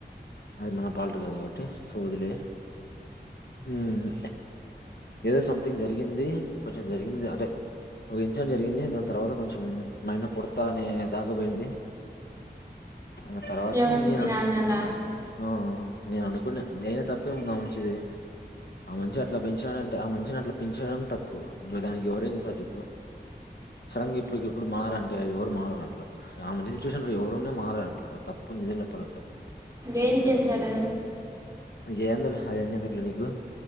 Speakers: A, on the left (about 65°); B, on the right (about 20°).
A: అది మన పాలటి కాదు కాబట్టి సో వదిలేయ్ హ్మ్ ఏదో సంథింగ్ జరిగింది కొంచం జరిగింది అంటే ఒక ఇన్సిడెంట్ జరిగింది దాన్ తర్వాత కొంచం మాయన్న కొడ్తా అనే దాకపోయింది ఆ తర్వాతే
B: ఎవరిని
A: నేను
B: మీ నాన్నలా
A: ఆ నేను అనుకున్నా అయినా తప్పేముందా ఆ మనిషిది ఆ మనిషి అట్లా పెంచినాడంటే ఆ మనిషిని అట్లా పెంచడం తప్పు దానికి ఎవరేం చేస్తారు చెప్పు సడ గా ఇప్పుడుకి ఇప్పుడు మారు అంటే ఎవరు మారారు అట్లా ఆ మనిషి సిట్యుయేషన్ లో ఎవరున్నా మారారు అట్లా అది తప్ పు నిజం చెప్పాలంటే
B: ఏం చేశాడు
A: ఏందో లే అవి అన్ని ఎందుకు నీకు